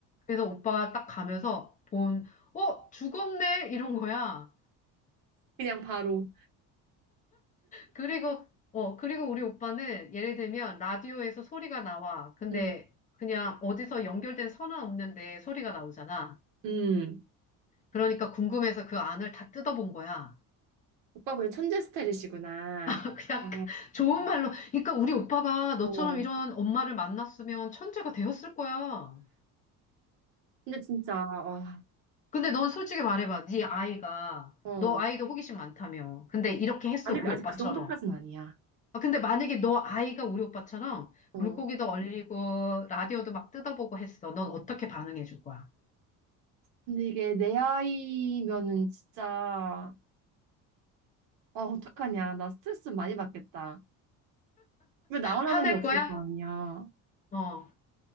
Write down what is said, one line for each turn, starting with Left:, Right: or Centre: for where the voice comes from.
Left: 그래서 오빠가 딱 가면서 본, 어, 죽었네? 이런 거야.
Right: 그냥 바로.
Left: 그리고, 어, 그리고 우리 오빠는 예를 들면 라디오에서 소리가 나와. 근데
Right: 음.
Left: 그냥 어디서 연결된 선은 없는데 소리가 나오잖아.
Right: 음.
Left: 그러니까 궁금해서 그 안을 다 뜯어본 거야.
Right: 오빠분이 천재 스타일이시구나.
Left: <laughs> 그냥
Right: 아,
Left: 좋은 말로. 그러니까 우리 오빠가 너처럼
Right: 어.
Left: 이런 엄마를 만났으면 천재가 되었을 거야.
Right: 근데 진짜, 와.
Left: 근데 넌 솔직히 말해봐. 네 아이가,
Right: 어.
Left: 너 아이도 호기심 많다며. 근데
Right: 어,
Left: 이렇게 했어,
Right: 아직,
Left: 우리
Right: 아직
Left: 오빠처럼.
Right: 그 정도까지는 아니야.
Left: 아, 근데 만약에 너 아이가 우리 오빠처럼
Right: 어.
Left: 물고기도 얼리고, 라디오도 막 뜯어보고 했어. 넌 어떻게 반응해 줄 거야?
Right: 근데 이게 내 아이면은 진짜, 어, 어떡하냐. 나 스트레스 많이 받겠다. 집에 나원하는
Left: 화낼
Right: 게 없을
Left: 거야?
Right: 거 아니야.
Left: 어.